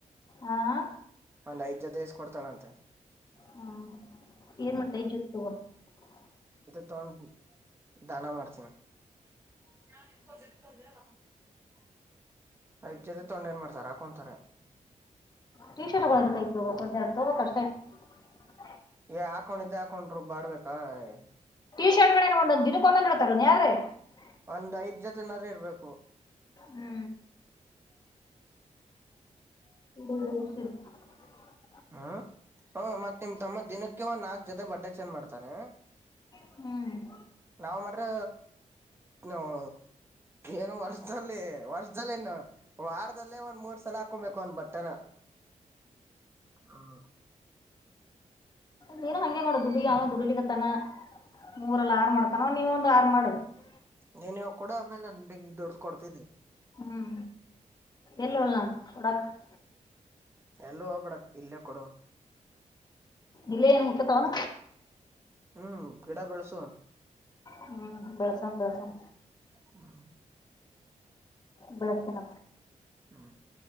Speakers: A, on the left (about 30°); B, on the right (about 20°).
A: ಹಾಂ
B: ಒಂದ್ ಐದ್ ಜೊತೆ ಇಸ್ಕ ಕೊಡ್ತಾಳಂತ? <unintelligible>
A: ಹ ಏನ್ ಮಾಡ್ತೀಯಾ ಐದ ಜೋತಿ ತಗೊಂಡ. <unintelligible>
B: ತೊಗೊಂದ ದಾನ ಮಾಡ್ತೀನಿ. <inaudible> <unintelligible> ಹತ್ತ ಜೊತೆ ತೊಂಡ ಏನ್ ಮಾಡ್ತಾರ ಹಕೊಂತಾರ, - <unintelligible>
A: ಟೀ ಶರ್ಟ್ ತೋಗಬೇಕಾಗಿತ್ತು ಒಂದೆರಡು ತಗೋ ಬೇಕ್ ಅಷ್ಟೇ? <unintelligible>
B: ಏ ಹಾಕೊಂಡ್ ಇದ ಹಾಕೊಂಡ್ ರುಬಾಡ ಬೇಕಾ? <unintelligible>
A: ಟೀ ಶರ್ಟ್ ಗಳನೋ ಒಂದೊಂದು ದಿನಕ್ಕೆ ಒಂದೊಂದ ಹೇಳ್ತಾರ ಏನ್ ಯಾರ <unintelligible>
B: ಒಂದ್ ಐದ್ ಜೊತೆನರ ಇರ್ಬೇಕು? <unintelligible>
A: ಹೂ ಹು <unintelligible> ಹ <inaudible>
B: ಅ ಹೂ ಮತ್ತ ನಿಮ್ ತಮ್ಮ ದಿನಕ್ಕೆ ಒಂದ್ ನಾಲ್ಕ್ ಜೊತೆ ಬಟ್ಟೆ ಚೆಂಜ ಮಾಡ್ತಾನೆ. <unintelligible>
A: ಹು <unintelligible>
B: ನಾವ್ ಮಾಡಿದರ ನಾವ್ ಏನು ವರ್ಷದಲ್ಲಿ ವರ್ಷ <unintelligible> ಹೊಸ ಲೇನ್ ವಾರದಲ್ಲೇ ಒಂದ್ ಮೂರ್ ಸಲ ಹಾಕೊಬೇಕು ಒಂದ್ ಬಟ್ಟೆನಾ <unintelligible> ಆ <unintelligible>
A: ನೀನು ಹಂಗೇ ನೋಡ ದುಡಿಯಾವನ ದುಡಲಿಕತ್ತಾನ? <unintelligible> ಮೂರಲ್ಲ ಆರ್ ಮಾಡ್ತಾನ ನೀವೊಂದ್ ಆರ್ ಮಾಡ? <unintelligible>
B: ನೀನುವ ಕೂಡ ಆಮೇಲೆ ನ ದುಡ್ಡದು ಕೊಡ್ತೀನಿ
A: ಹ್ಮ್ ಎಲ್ಲವಲ್ಲ ಡಕ್ <inaudible>
B: ಎಲ್ಲ ಹೋಗ್ಬಿಡ ಇಲ್ಲೇ ಕೊಡು
A: ಇಲ ಏನ್ ಮುಖತ್ವನ
B: ಹ್ಮ್ ಗಿಡ ಬೆಳ್ಸು
A: ಹ್ಮ್ ಬೆಳಸಾಮ ಬೆಳಸಂ
B: ಹಾ
A: ಬೆಳಕಿನ
B: ಹ್ಮ್